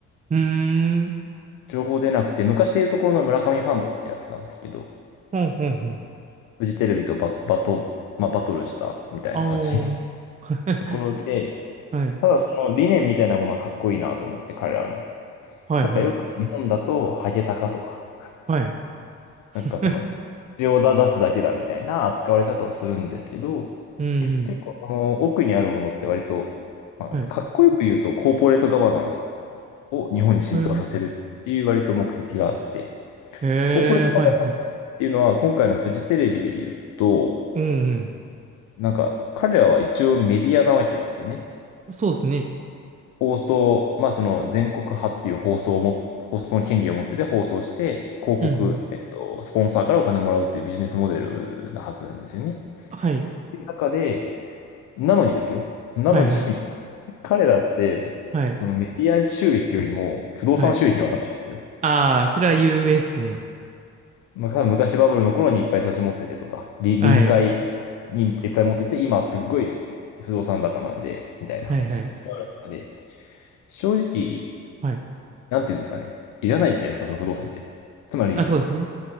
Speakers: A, on the right; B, on the left.
A: ーん。ん
B: 情報出なくて、昔でいうところの村上ファンドってやつなんですけど、
A: ほんほんほん。
B: フジテレビとバ、バト、まあ、バトルしたみたいな感じ
A: あお。<laughs>
B: ところで、
A: はい。
B: ただその理念みたいなものはかっこいいなと思って、彼らの。
A: はいはい。
B: なんかよく日本だと、ハゲタカとか、
A: はい。<laughs>
B: なんかその、口を出すだけだみたいな扱われ方をするんですけど、
A: うんうん。
B: 結構その奥にあるものって割と、まあ、
A: はい。
B: かっこよく言うと、コーポレートガバナンスを日本に浸透させるっていう割と目的があって、
A: へえ。へえ、
B: コーポレートガバナンスっていうのは、
A: はいはい。
B: 今回のフジテレビで言うと、
A: うんうん。
B: なんか彼らは一応メディアなわけですよね。
A: そうですね。
B: 放送、まあその全国派っていう放送をも、放送の権利を持ってて放送して、広告、
A: うんうん。
B: えっと、スポンサーからお金をもらうっていうビジネスモデルなはずなんですよね。
A: はい。
B: っていう中で、なのにですよ。なのに
A: はいはい。
B: <laughs> 彼らって、
A: はい。
B: そのメディア収益よりも不動産収益の方が高いんですよ。
A: はい。ああ、それは有名っすね。
B: まあ、多分昔バブルの頃にいっぱい土地持っててとか、り臨海にいっぱい持ってて、
A: はい。
B: 今すっごい不動産高なんで、みたいな話がある中で、
A: はいはい。
B: 正直、
A: はい。
B: なんていうんですかね。いらないじゃないですか、その不動産って。つまり、
A: あ、そうですね。